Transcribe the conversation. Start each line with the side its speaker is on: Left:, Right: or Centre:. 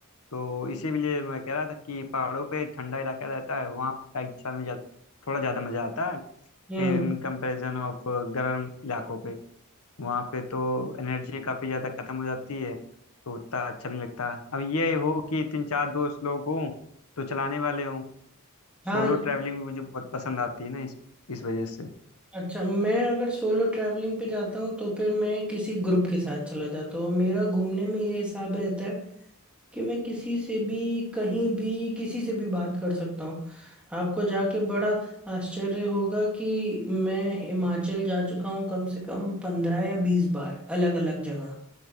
Left: तो इसीलिए मैं कह रहा था कि पहाड़ों पे ठंडा इलाका रहता है वहाँ बाइक चलाने में ज़्यादा थोड़ा ज़्यादा मज़ा आता है
Centre: हम्म
Left: इन कंपैरिजन ऑफ गर्म इलाकों पे वहाँ पे तो एनर्जी काफ़ी ज़्यादा ख़त्म हो जाती है तो उतना अच्छा भी नहीं लगता अब ये हो कि तीन चार दोस्त लोग हों तो चलाने वाले हों
Centre: हाँ
Left: सोलो ट्रैवलिंग भी मुझे बहुत पसंद आती है ना इस इस वजह से
Centre: अच्छा मैं अगर सोलो ट्रैवलिंग पे जाता हूँ तो फिर मैं किसी ग्रुप के साथ चला जाता हूँ मेरा घूमने में ये हिसाब रहता है कि मैं किसी से भी कहीं भी किसी से भी बात कर सकता हूँ आपको जाके बड़ा आश्चर्य होगा कि मैं हिमाचल जा चुका हूँ कम से कम पंद्रह या बीस बार अलग अलग जगह